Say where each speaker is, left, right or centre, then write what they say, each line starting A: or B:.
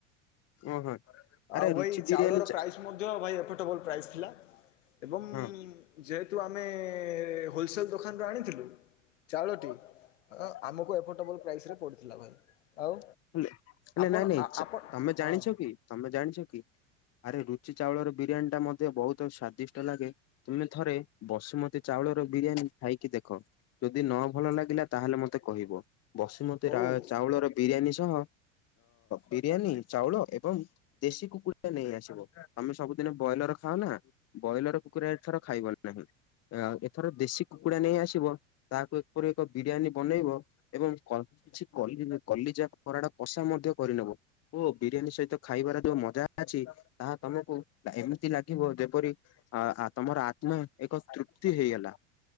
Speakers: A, on the left (about 40°); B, on the left (about 80°).
A: ଓହୋ। ଆରେ
B: ଆଉ ଭାଇ
A: ରୁଚି ବିରିୟାନୀ
B: ଚାଉଳର
A: ଚା
B: ପ୍ରାଇସ ମଧ୍ୟ ଭାଇ ଏଫର୍ଟେବଲ ପ୍ରାଇସ ଥିଲା। ଏବଂ
A: ହଁ।
B: ଯେହେତୁ ଆମେ ହୋଲସେଲ ଦୋକାନରୁ ଆଣିଥିଲୁ। ଚାଉଳଟି
A: ହେଲେ
B: ଅ ଆମକୁ ଏଫୋର୍ଡ଼େବଲ୍ ପ୍ରାଇସ ପଡ଼ିଥିଲା ଭାଇ ଆଉ।
A: ହେଲେ <unintelligible>
B: ଆପଣ
A: ନାଇଁ ନାଇଁ
B: ଆ ଆପଣ
A: ତମେ ଜାଣିଛ
B: ହଁ
A: କି ତମେ ଜାଣିଛ କି? ଆରେ ରୁଚି ଚାଉଳର ବିରିୟାନୀ ଟା ମତେ ବହୁତ ସ୍ଵାଦିଷ୍ଟ ଲାଗେ। ତୁମେ ଥରେ ବସୁମତୀ ଚାଉଳର ବିରିୟାନୀ ଖାଇକି ଦେଖ। ଯଦି ନ ଭଲ ଲାଗିଲା ତାହେଲେ ମତେ କହିବ ବସୁମତୀ
B: ହଉ
A: ରା ଚାଉଳର ବିରିୟାନୀ। ତ ବିରିୟାନୀ ଚାଉଳ ଏବଂ। ଦେଶୀ କୁକୁଡ଼ା ନେଇ ଆସିବ ତମେ ସବୁଦିନ ବ୍ରଏଲର ଖାଓ ନା। ବ୍ରଏଲର କୁକୁଡ଼ା ଏଥର ଖାଇବ ନାହିଁ ଏଥର ଦେଶୀ କୁକୁଡ଼ା ନେଇ ଆସିବ। ତାହାକୁ ଏପରି ଏକ ବିରିୟାନୀ ବନେଇବ ଏବଂ କ କିଛି କଲି କଲିଜା। କରାଟ କଷା ମଧ୍ୟ କରିନବ। ଓ ବିରିୟାନୀ ସହିତ ଖାଇବାର ଯୋଉ ମଜା ଅଛି ତାହା ତମକୁ ଏମିତି ଲାଗିବ ଯେପରି। ଆ ତମର ଆତ୍ମା ଏକ ତୃପ୍ତି ହେଇଗଲା।